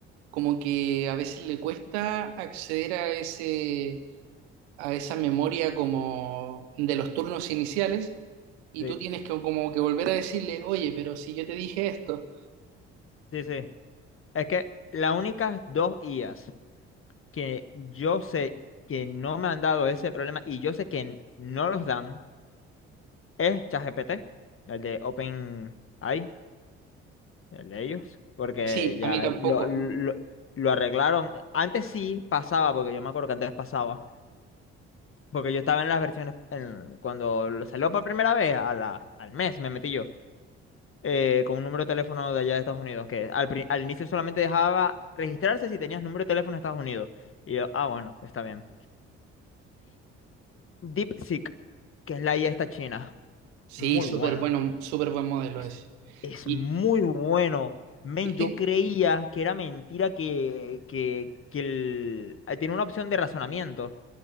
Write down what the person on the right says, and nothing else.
como que a veces le cuesta acceder a ese, a esa memoria como de los turnos iniciales y
tú tienes que como que volver a decirle, oye, pero si yo te dije esto.
Sí,
a mí tampoco.
Sí,
súper
bueno, súper buen modelo
ese.
Y,
viste,